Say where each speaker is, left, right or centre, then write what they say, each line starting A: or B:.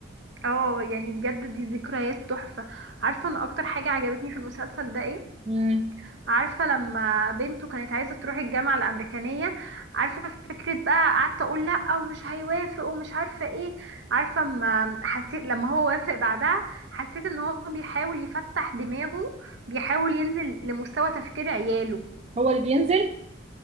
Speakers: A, on the right; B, on the right.
A: اه يعني بجد دي ذكريات تحفه عارفه ان اكتر حاجه عجبتني في المسلسل ده ايه
B: مم.
A: عارفة لما بنته كانت عايزة تروح الجامعة الأمريكانية عارفة فكرة بقى قعدت أقول لأ ومش هيوافق ومش عارفة ايه عارفة اما حسيت لما هو وافق بعدها حسيت ان هو بيحاول يفتح دماغه بيحاول ينزل لمستوى تفكير عياله
B: هو اللي بينزل